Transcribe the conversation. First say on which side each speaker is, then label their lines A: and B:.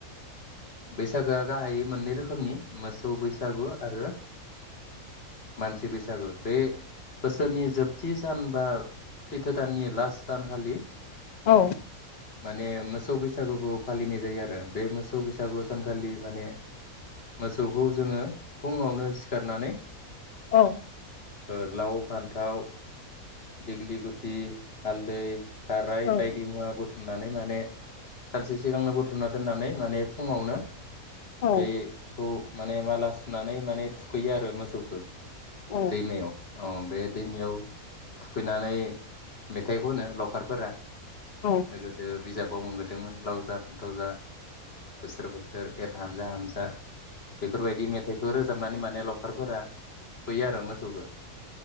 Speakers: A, on the left; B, on the left.
A: बैसागोआ गाहाय मोननै रोखोमनि मोसौ बैसागु आरो मानसि बैसागु बे बोसोरनि जोबथि सान बा सैथो दाननि लास्ट सानखालि
B: औ
A: माने मोसौ बैसागुखौ फालिनाय जायो आरो बे मोसौ बैसागु सागु सानखालि माने मोसौखौ जोङो फुङावनो सिखारनानै
B: औ
A: ओ लाव फान्थाव दिग्लि गुदि हालदै थाराय
B: औ
A: बायदि मुवा बो थुमनानै माने सानसे सिगांनो बुथुमना दोननानै माने फुङावनो
B: औ
A: बे खौ माने माला सुनानै माने थुखैयो आरो मोसौखो
B: औ
A: दैमायाव औ बे दैमायाव थुखैनानै मेथाइ खनो लाउखारफोरा
B: औ
A: ओ गोदो बिजाब बाव मोनबाथाय लाव जा फान्थाव जा बोसोर बोसोर एर हानजा हानजा बेफोरबायदि मेथाइखौ रोज रोजाबनानै माने लावखारफोरा थुखैयो आरो। मोसौखौ